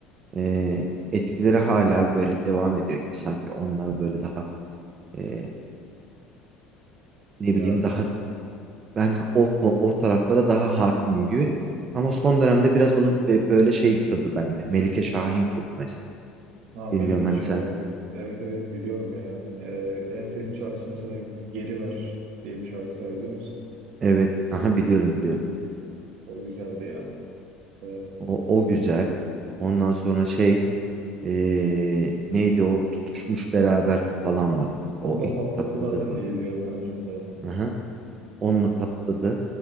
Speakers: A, on the right (about 30°); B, on the right (about 65°).
A: e, etkileri hala böyle devam ediyor gibi sanki onlar böyle daha e, ne
B: Ya
A: bileyim daha ben o o o taraflara daha hakimim gibi ama son dönemde biraz onu be- böyle şey kırdı bende Melike Şahin kırdı mesela
B: Ha
A: bilmiyorum
B: Melike
A: hani
B: Şahin.
A: sen
B: Evet evet biliyorum ya. Ee, en sevdiğim şarkısı mesela Geri Ver diye bir şarkısı var biliyor musun?
A: Evet. Aha biliyorum biliyorum.
B: O güzeldi ya. Ee,
A: O, o güzel. Ondan sonra şey ee, neydi o? Tutuşmuş beraber falan var.
B: onunla
A: O ilk
B: patladı
A: patladığı
B: zaten
A: parça.
B: diye biliyorum ben hocam zaten.
A: Aha. Onunla patladı.